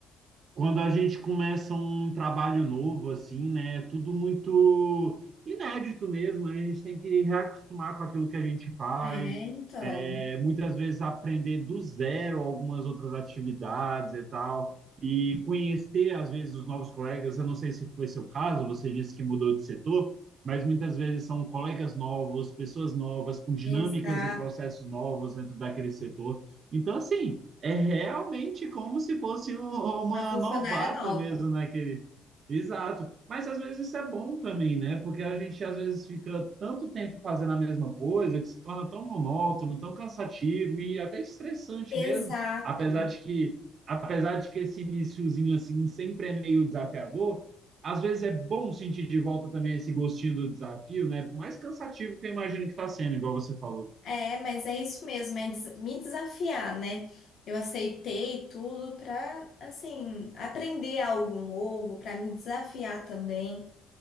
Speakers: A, on the right; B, on the left.
A: quando a gente começa um trabalho novo, assim, né? É tudo muito inédito mesmo. né, A gente tem que reacostumar com aquilo que a gente faz.
B: É, então,
A: É, muitas vezes aprender do zero algumas outras atividades e tal. E conhecer, às vezes, os novos colegas. Eu não sei se foi seu caso, você disse que mudou de setor, mas muitas vezes são colegas novos, pessoas novas, com dinâmicas
B: exato.
A: e processos novos dentro daquele setor. Então, assim, é realmente como se fosse um- uma
B: Uma funcionária
A: novata
B: nova.
A: mesmo naquele. Exato. Mas às vezes isso é bom também, né? Porque a gente às vezes fica tanto tempo fazendo a mesma coisa que se torna tão monótono, tão cansativo e até estressante
B: Exato.
A: mesmo. Apesar de que, apesar de que esse iniciozinho assim sempre é meio desafiador, às vezes é bom sentir de volta também esse gostinho do desafio, né? Por mais cansativo que eu imagino que está sendo, igual você falou.
B: É, mas é isso mesmo, é des- me desafiar, né? Eu aceitei tudo pra, assim, aprender algo novo, pra me desafiar também